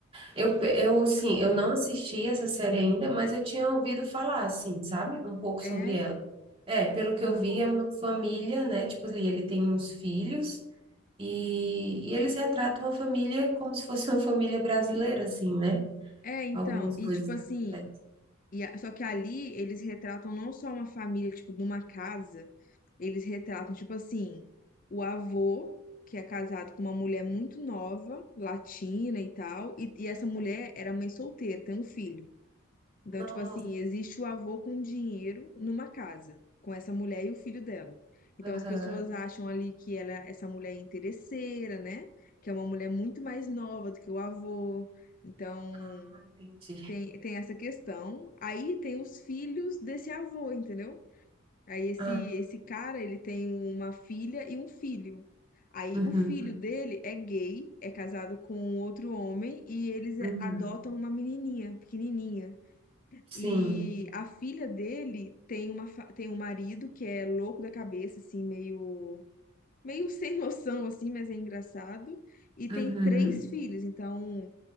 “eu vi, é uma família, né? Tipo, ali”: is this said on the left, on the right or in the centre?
Right